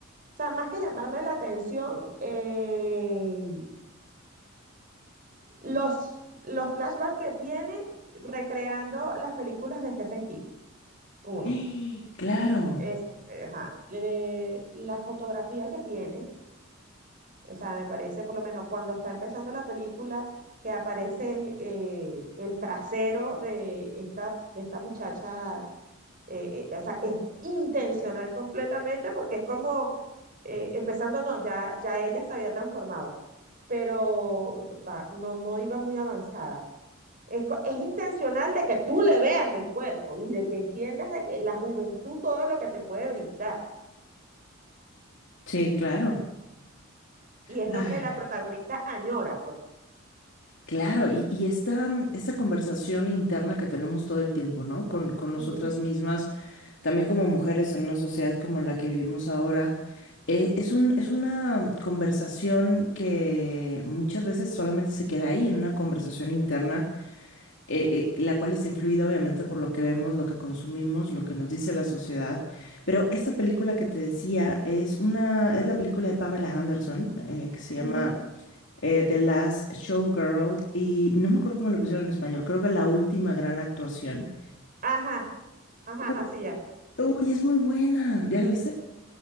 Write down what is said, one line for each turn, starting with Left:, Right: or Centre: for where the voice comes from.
Right: sea, más que llamarme la atención, eh, los, los flashbacks que tiene recreando las películas de Stephen King,
Left: <gasps>
Right: uno,
Left: ¡Ah! Claro,
Right: esa, ajá, le- la fotografía que tiene, o sea, me parece por lo menos cuando está empezando la película, que aparece eh, el trasero de esta, de esta muchacha eh, eh, o sea, es intencional completamente porque es como, eh, empezando, no, ya, ya ella se había transformado, pero pa- no, no iba muy avanzada. Es, co- es intencional de que tú le veas el cuerpo y de que entiendas de que la juventud todo lo que te puede brindar.
Left: sí, claro.
Right: Y es
Left: Ah,
Right: lo que la protagonista añora, pues.
Left: claro, y, y esta, esta conversación interna que tenemos todo el tiempo, ¿no? Con, con
Right: Ujú,
Left: nosotras mismas También como mujeres en una sociedad como la que vivimos ahora, eh, es un, es una conversación que muchas veces solamente se queda ahí, en una conversación interna, eh, eh, la cual está influida obviamente por lo que vemos, lo que consumimos, lo que nos dice la sociedad. Pero esta película que te decía es una, es la película de Pamela Anderson, eh, que se llama
Right: ujú.
Left: eh, The Last Showgirl, y no me acuerdo cómo le pusieron en español, creo que la última gran actuación.
Right: Ajá, ajá,
Left: U-
Right: ajá, sí, ya.
Left: Uy, es muy buena. ¿Ya la viste?